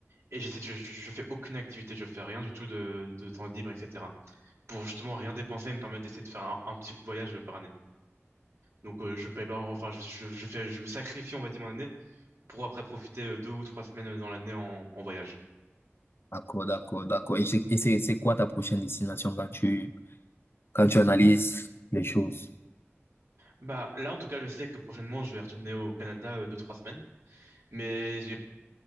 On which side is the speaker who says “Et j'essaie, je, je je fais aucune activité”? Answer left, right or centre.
Right